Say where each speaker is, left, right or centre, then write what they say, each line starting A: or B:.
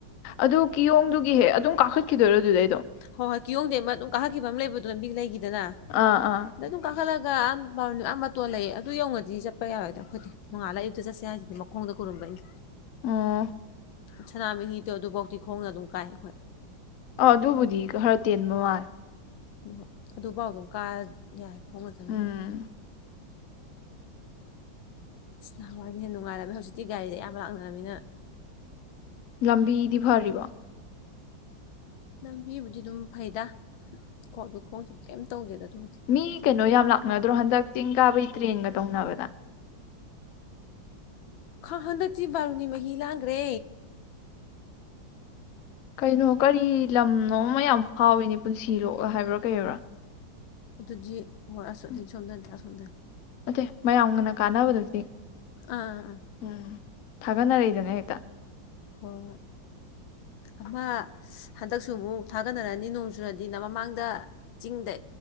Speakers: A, on the left; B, on the left.
A: ꯑꯗꯨ ꯀꯤꯌꯣꯡꯗꯨꯒꯤ ꯍꯦ ꯑꯗꯨꯝ ꯀꯥꯈꯠꯈꯤꯗꯣꯏꯔꯣ ꯑꯗꯨꯗꯩ
B: ꯍꯣꯏ ꯍꯣꯏ ꯀꯤꯌꯣꯡꯗꯩ ꯑꯃ ꯑꯗꯨꯝ ꯀꯥꯈꯠꯈꯤꯕ ꯑꯃ ꯂꯩꯕꯗꯣ ꯂꯝꯕꯤ ꯂꯩꯒꯤ ꯗꯅ
A: ꯑꯥ ꯑꯥ
B: ꯑꯗ ꯑꯗꯨꯝ ꯀꯥꯈꯠꯂ ꯑ ꯃꯇꯣꯟ ꯂꯩꯌꯦ ꯑꯗꯨ ꯌꯧꯅꯗꯤ ꯆꯠꯄ ꯌꯥꯔꯣꯏꯗ ꯑꯩꯈꯣꯏꯗꯤ ꯃꯉꯥꯜꯂ ꯑꯌꯨꯛꯇ ꯆꯠꯁꯤ ꯍꯥꯏꯗꯤ ꯃ ꯈꯣꯡꯗ ꯈꯨꯔꯨꯝꯕꯩꯅꯤ
A: ꯎꯝ
B: ꯁꯅꯥꯃꯍꯤꯗꯣ ꯑꯗꯨꯐꯥꯎꯗꯤ ꯈꯣꯡꯅ ꯑꯗꯨꯝ ꯀꯥꯏ ꯑꯩꯈꯣꯏ
A: ꯑ ꯑꯗꯨꯕꯨꯗꯤ ꯈꯔ ꯇꯦꯟꯕ ꯃꯥꯂꯦ
B: ꯍꯣꯏ ꯑꯗꯨꯐꯥꯎ ꯑꯗꯨꯝ ꯀꯥ ꯌꯥꯏ <unintelligible>
A: ꯎꯝ
B: ꯅꯍꯥꯟꯋꯥꯏꯅ ꯍꯦꯟꯅ ꯅꯨꯡꯉꯥꯏꯔꯝꯃꯦ ꯍꯧꯖꯤꯛꯇꯤ ꯒꯥꯔꯤꯗ ꯑꯌꯥꯝ ꯂꯥꯛꯅꯔꯝꯅꯤꯅ
A: ꯂꯝꯕꯤꯗꯤ ꯐꯔꯤꯕꯣ
B: ꯂꯝꯕꯤꯕꯨꯗꯤ ꯑꯗꯨꯝ ꯐꯩꯗ ꯈ ꯑꯗꯨ ꯈꯣꯡꯁꯨ ꯀꯩꯝ ꯇꯧꯗꯦꯗ ꯑꯗꯨꯕꯨꯗꯤ
A: ꯃꯤ ꯀꯩꯅꯣ ꯌꯥꯝ ꯂꯥꯛꯅꯗ꯭ꯔꯣ ꯍꯟꯗꯛ ꯆꯤꯡ ꯀꯥꯕꯩ ꯇ꯭ꯔꯦꯟꯒ ꯇꯧꯅꯕꯗ
B: ꯈꯥ ꯍꯟꯗꯛꯇꯤ ꯕꯥꯔꯨꯅꯤ ꯃꯍꯤ ꯂꯥꯡꯒ꯭ꯔꯦ
A: ꯀꯩꯅꯣ ꯀꯔꯤ ꯂꯝꯅꯣ ꯑꯃ ꯌꯥꯝ ꯐꯥꯎꯋꯤꯅꯦ ꯄꯨꯟꯁꯤꯂꯣꯛ ꯍꯥꯏꯕ꯭ꯔꯥ ꯀꯔꯤꯕ꯭ꯔꯥ
B: ꯑꯗꯨꯗꯤ ꯍꯣꯏ ꯑꯁ ꯑꯗꯨꯗꯤ
A: ꯎ
B: ꯁꯣꯝꯗꯅꯠꯇꯦ ꯑꯁꯣꯝꯗꯅꯤ
A: ꯑꯗꯦ ꯃꯌꯥꯝꯒꯅ ꯀꯥꯟꯅꯕꯗꯨꯗꯤ
B: ꯑꯥ ꯑꯥ ꯑꯥ
A: ꯎꯝ ꯊꯥꯒꯠꯅꯔꯛꯏꯗꯅꯦ ꯍꯦꯛꯇ
B: ꯍꯣꯏ ꯍꯣꯏ ꯑꯃ ꯍꯟꯗꯛꯁꯨ ꯑꯃꯨꯛ ꯊꯥꯒꯠꯅꯔꯅꯤ ꯅꯣꯡ ꯆꯨꯔꯅꯤꯅ ꯃꯃꯥꯡꯗ ꯆꯤꯡꯗ